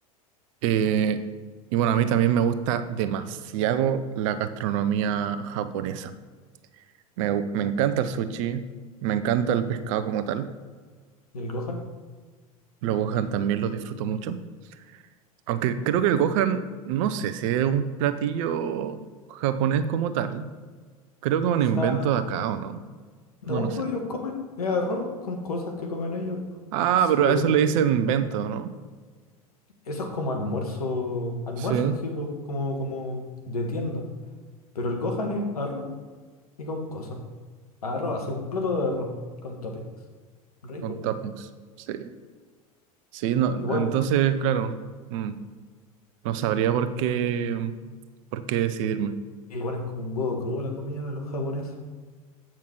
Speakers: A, on the right; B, on the left.
A: Eh, y bueno, a mí también me gusta demasiado la gastronomía japonesa. Me, me encanta el sushi, me encanta el pescado como tal.
B: ¿Y el Gohan?
A: Los gohan también los disfruto mucho. Aunque creo que el Gohan, no sé si es un platillo japonés como tal. Creo que
B: O
A: es un
B: sea,
A: invento de acá o no.
B: no,
A: No lo sé.
B: pues ellos comen. Es arroz con cosas que comen ellos. po.
A: Ah,
B: Es
A: pero
B: como,
A: a eso le dicen invento, ¿no?
B: eso es como almuerzo. Almuerzo
A: Sí,
B: en sí, pues, como, como de tienda. Pero el Gohan es arroz y con cosas. Arroz, así un plato de arroz con toppings. Rico.
A: con toppings. Sí. Sí, no,
B: Igual,
A: entonces, claro, mm, no sabría por qué, mm, por qué decidirme.
B: igual es como un huevo crudo a la comida de los japoneses.